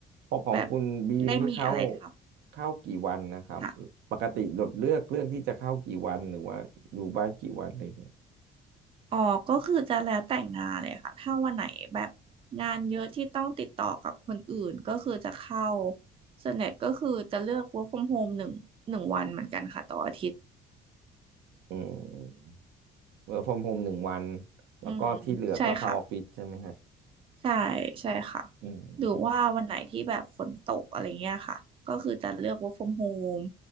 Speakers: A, on the right; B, on the right.
A: พอของคุณบีมนี่เข้า
B: แบบได้มีอะไรท
A: เข้ากี่วันนะครับปกติแบบเลือกเลือกที่จะเข้ากี่วันหรือว่าอยู่บ้านกี่วันอะไรอย่างเงี้ย
B: ำค่ะอ๋อก็คือจะแล้วแต่งงานเลยค่ะถ้าวันไหนแบบงานเยอะที่ต้องติดต่อกับคนอื่นก็คือจะเข้าส่วนใหญ่ก็คือจะเลือก work from home หนึ่งหนึ่งวันเหมือนกันค่ะต่ออาทิตย์
A: อืมเวิร์กฟอรมโฮมหนึ่งวัน แล้วก็ที่เหลือก็เข้าออฟฟิศใช่ไหมฮะ
B: อืมใช่ค่ะ ใช่ใช่ค่ะ
A: อืม
B: หรือว่าวันไหนที่แบบฝนตกอะไรเงี้ยค่ะก็คือจะเลือก work from home